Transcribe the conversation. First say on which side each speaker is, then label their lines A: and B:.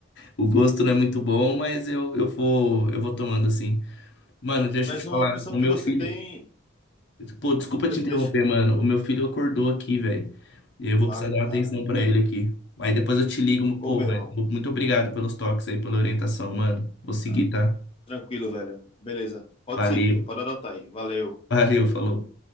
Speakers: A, on the left (about 55°); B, on the left (about 25°).
A: O gosto não é muito bom, mas eu, eu vou, eu vou tomando, assim. Mano, deixa
B: Mas
A: eu te falar,
B: uma opção
A: o
B: que
A: meu
B: você
A: filho.
B: tem.
A: Pô, desculpa
B: de-
A: te interromper,
B: Deixa.
A: mano. O meu filho acordou aqui, velho. E eu vou
B: Ah,
A: precisar dar uma
B: cara.
A: atenção pra ele aqui. Aí depois eu te ligo, mas,
B: Ô,
A: pô,
B: meu
A: mas
B: irmão.
A: muito obrigado pelos toques aí, pela orientação, mano. Vou seguir,
B: Ah,
A: tá?
B: tranquilo, velho. Beleza. Pode
A: Valeu.
B: seguir, pode adotar aí. Valeu.
A: Valeu, falou.